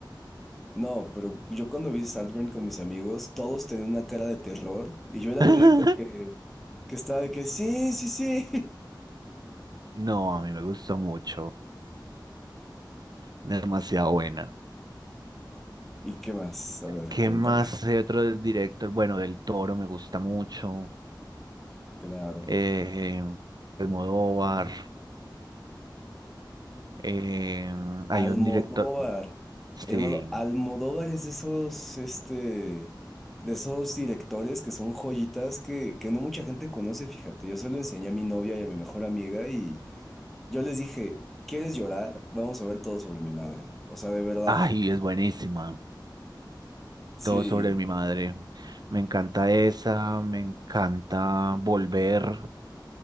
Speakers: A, in the centre; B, on the right.
A: No, pero yo cuando vi Saltburn con mis amigos, todos tenían una cara de terror y yo era
B: <laughs>
A: el único que, que estaba de que sí, sí, sí.
B: No, a mí me gustó mucho, demasiado buena.
A: <laughs> ¿Y qué más? A ver,
B: ¿Qué
A: cuéntame.
B: más de otro director? Bueno, del Toro me gusta mucho.
A: Claro.
B: Eh, Almodóvar. eh, hay
A: Almodóvar.
B: un director, sí.
A: Hermano, Almodóvar es de esos, este, de esos directores que son joyitas que, que no mucha gente conoce, fíjate. Yo se lo enseñé a mi novia y a mi mejor amiga y yo les dije, ¿quieres llorar? Vamos a ver todo sobre mi madre. O sea, de verdad.
B: Ay, es buenísima.
A: Sí,
B: Todo sobre mi madre. Me encanta esa, me encanta volver,